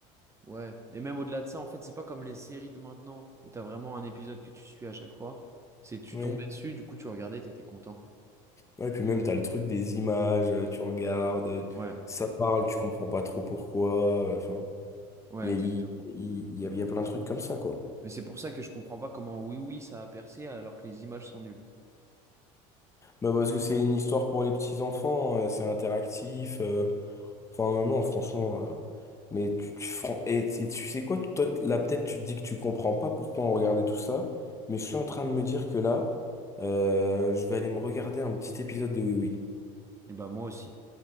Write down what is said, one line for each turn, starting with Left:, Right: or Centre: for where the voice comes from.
Right: Ouais, et même au-delà de ça, en fait, c'est pas comme les séries de maintenant où t'as vraiment un épisode que tu suis à chaque fois. C'est tu
Left: Oui.
Right: tombais dessus, du coup tu regardais, t'étais content.
Left: Ouais, puis même, t'as le truc des images, euh, tu regardes, euh,
Right: Ouais,
Left: ça parle, tu comprends pas trop pourquoi. euh, Enfin,
Right: ouais,
Left: il y a,
Right: exact.
Left: il- il y a, il y a plein de trucs comme ça, quoi.
Right: Mais c'est pour ça que je comprends pas comment Oui Oui ça a percé alors que les images sont nulles.
Left: Bah parce que c'est une histoire pour les petits-enfants, euh, c'est interactif. euh, Enfin, non, franchement. euh, mais tu, tu, fran- et, et tu sais quoi, toi, là, peut-être tu te dis que tu comprends pas pourquoi on regardait tout ça, mais je suis en train de me dire que là, euh, je vais aller me regarder un petit épisode de Oui Oui.
Right: Et bah moi aussi.